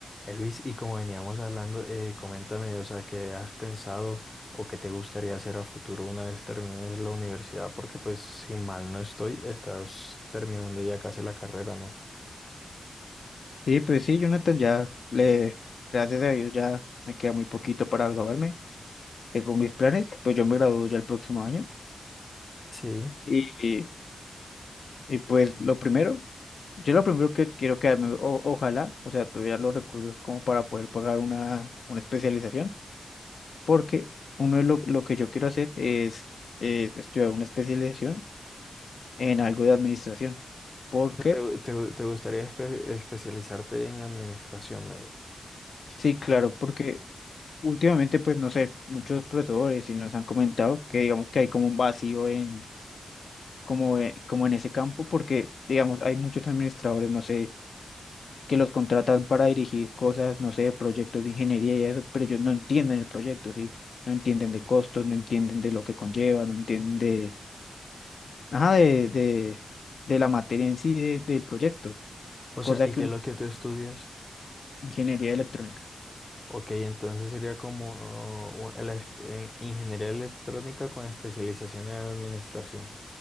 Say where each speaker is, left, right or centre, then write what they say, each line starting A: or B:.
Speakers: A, on the left; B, on the left.
A: Eh, Luis, y como veníamos hablando, eh, coméntame, o sea, qué has pensado o qué te gustaría hacer a futuro una vez termines la universidad, porque pues si mal no estoy, estás terminando ya casi la carrera, ¿no?
B: Sí, pues sí, Jonathan, ya le, gracias a Dios, ya me queda muy poquito para graduarme. Tengo mis planes, pues yo me gradúo ya el próximo año.
A: Sí.
B: Y, y, y, pues lo primero, yo lo primero que quiero quedarme, o- ojalá, o sea, tuviera los recursos como para poder pagar una, una especialización, porque uno de lo, lo que yo quiero hacer es, es estudiar una especialización en algo de administración. ¿Por
A: O
B: qué?
A: sea, ¿Te, te- te gustaría espe- especializarte en administración, me di-
B: Sí, claro, porque Últimamente, pues no sé, muchos profesores sí nos han comentado que digamos que hay como un vacío en, como, e- como en ese campo, porque digamos hay muchos administradores, no sé, que los contratan para dirigir cosas, no sé, proyectos de ingeniería y eso, pero ellos no entienden el proyecto, ¿sí? No entienden de costos, no entienden de lo que conlleva, no entienden de, ajá, de, de, de la materia en sí de- del proyecto,
A: O sea,
B: cosa
A: ¿y
B: que
A: qué
B: un-
A: es lo que tú estudias?
B: ingeniería electrónica,
A: Ok, entonces sería como uh, la es- en ingeniería electrónica con especialización en administración.